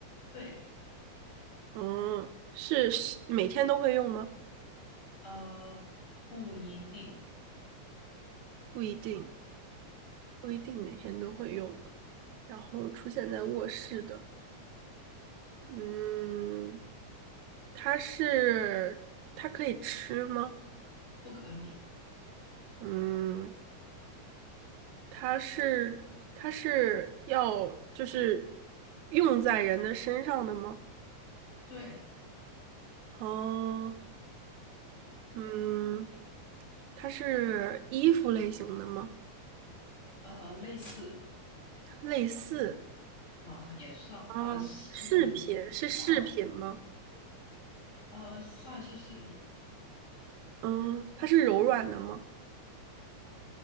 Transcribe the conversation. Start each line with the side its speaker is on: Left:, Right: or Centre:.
Left: 对，
Right: 嗯，是是每天都会用吗？
Left: 呃，不一定，
Right: 不一定，不一定每天都会用。然后出现在卧室的。嗯，它是它可以吃吗？
Left: 不可以。
Right: 嗯，它是它是要就是用在人的身上的吗？
Left: 对，
Right: 哦，嗯，它是衣服类型的吗？
Left: 呃，类似
Right: 类似
Left: 啊，也算是衣服吧，
Right: 啊，饰品是饰品吗？
Left: 呃，算是饰品，
Right: 嗯，它是柔软的吗？